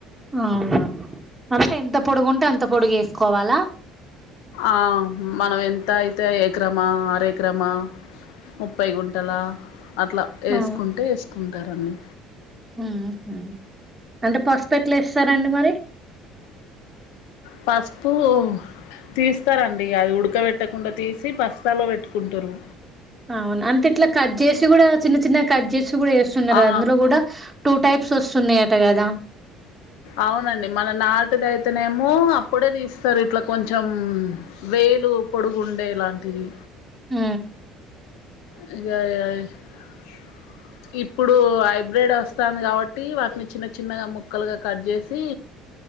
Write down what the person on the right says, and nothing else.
అవునా అంటే ఎంత పొడుగుంటే అంత పొడుగు యెస్కోవాలా.
ఆ
ఉ హు అంటే పసుపెట్లా వేస్తారండి మరి
అవును అంటే ఇట్లా కట్ చేసి కూడా చిన్న చిన్న కట్ చేసి కూడా వేస్తున్నారు
అందులో కూడా టూ టైప్స్ వస్తున్నాయట కదా
ఉ